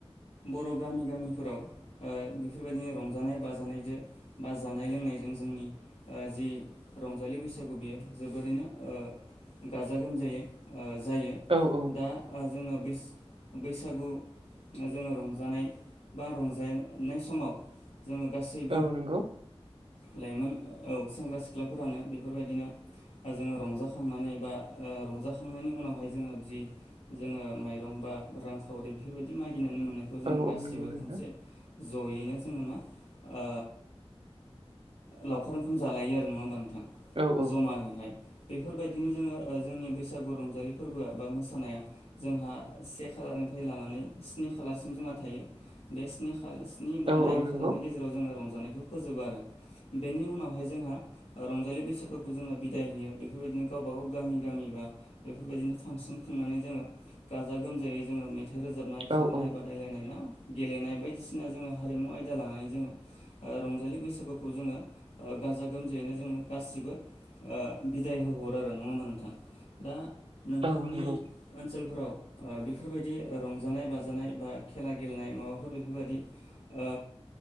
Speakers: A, on the left (about 85°); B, on the right (about 60°).
A: बर' गामि गामिफोराव ओ बेफोरबायदिनो रंजानाय बाजानायजों बा जानाय लोंनाय नाय जों जोंनि ओ जि रंजालि बैसागु बियो जोबोरैनो ओ गाजा गोमजायै ओ जायो।
B: औ औ
A: दा जोङो बैस बैसागु जोङो रंजानाय बा रंजानाय समाव। जोङो गासैबो
B: औ नंगौ
A: लाइमोन औ सेंग्रा सिख्लाफोरानो बेफोरबायदिनो जोङो रंजाख खानानै बा रंजाखांनायनि उनावहाय जोङो जि जोङो माइरं बा रांखावरि बेफोरबायदि मागिनानै मोननायखौ जोंङो
B: औ
A: गासिबो
B: औ नंगौ नोंथां
A: खनसे जयैनो जोङो मा ओ लावखार ओंखाम जालायो आरो नङा होमबा नोंथां
B: औ औ
A: जमायैहाय। बेफोरबायदिनो जोङो ओ जोंनि बैसागु रंजालि फोरबोआ बा मोसानाया जोंहा से खालारनि फ्राय लानानै स्नि खालारसिम जोंहा थायो बे स्नि खा खालि सनि बा
B: औ
A: दाइन
B: औ नंगौ
A: खालारनि गेजेराव जोङो रंज जानायखौ फोजोबो आरो बेनि उनावहाय जोंहा रंजालि बैसागुखौ जोङो बिदाय होयो। बेफोरबायदिनो गावबा गाव गामि गामि बा बेफोरबायदिनो फांसन खुंनानै जोङो गाजा गोमजायै जोङोे मेथाइ रोजाबनाय खारनाय
B: औ औ
A: बादायलायनायनाव गेलेनाय बायदिसिना जोङो हारिमु आयदा लानानै जोङो ओ रंजालि बैसागुखौ जोङो ओ गाजा गोमजायैनो जोङो गासिबो ओ बिदाय होहर आरो नङा होमबा नोंथां दा नोंथांनि
B: औ नंगौ
A: ओनसोलफोराव ओ ओ बेफोरबायदि रंजानाय बाजानाय बा खेला गेलेनाय माबाफोर बेफोरबायदि ओ